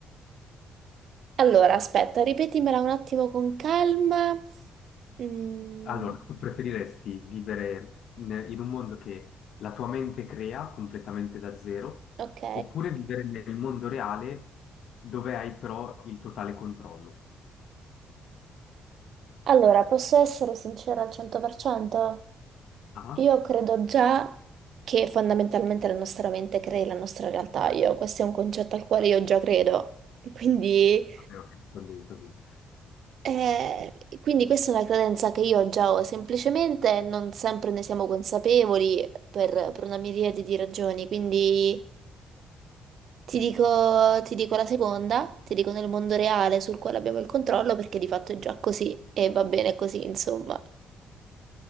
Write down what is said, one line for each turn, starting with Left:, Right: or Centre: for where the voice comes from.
Right: Allora, aspetta, ripetimela un attimo con calma. Mm,
Left: Allora, tu preferiresti vivere ne- in un mondo che la tua mente crea completamente da zero,
Right: ok.
Left: oppure vivere nel mondo reale dove hai però il totale controllo?
Right: Allora, posso essere sincera al 100%?
Left: Ah,
Right: Io credo già che fondamentalmente la nostra mente crei la nostra realtà. Io, questo è un concetto al quale io già credo. Quindi,
Left: sapevo che rispondevi così.
Right: eh, quindi questa è una credenza che io già ho, semplicemente non sempre ne siamo consapevoli per, per una miriade di ragioni. Quindi. Ti dico, ti dico la seconda, ti dico nel mondo reale sul quale abbiamo il controllo perché di fatto è già così e va bene così, insomma.